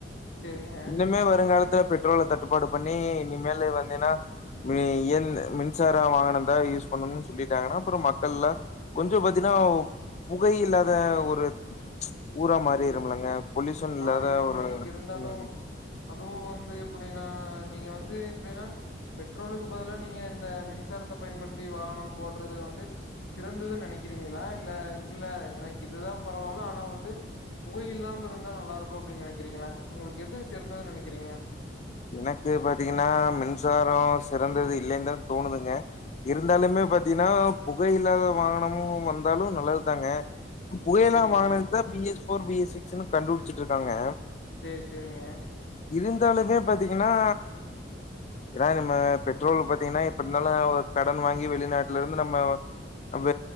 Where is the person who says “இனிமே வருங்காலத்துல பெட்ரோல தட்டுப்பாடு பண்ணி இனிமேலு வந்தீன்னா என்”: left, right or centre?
Left